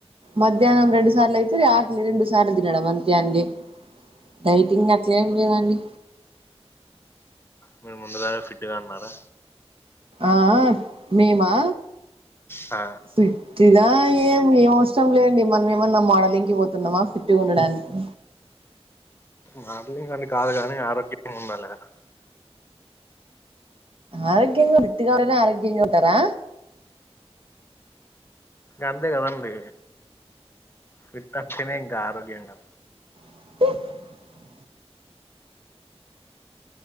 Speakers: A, on the right (about 55°); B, on the left (about 20°).
A: మధ్యాహ్నం రెండు సార్ల అయితది. ఆకలి రెండు సార్లు తినడం అంతే. అండి డైటింగ్ అట్లా ఏం లేదండి.
B: మీరు ముందుగా ఫిట్ గా ఉన్నారా.
A: ఆ మేమా.
B: ఆ
A: ఫిట్టుగా ఏం ఏం అవసరం లేండి. మన ఏమన్నా మోడలింగ్కి పోతున్నామా ఫిట్టుగా ఉండడానికి.
B: మోడలింగ్ అని కాదు కని ఆరోగ్యంగా ఉండాలే కదా.
A: ఆరోగ్యంగా ఫిట్టుగా ఉంటేనే ఆరోగ్యంగా ఉంటారా.
B: అంతే కదండీ ఫిట్ అత్తెనే ఇంకా ఆరోగ్యాంగా.
A: <inaudible>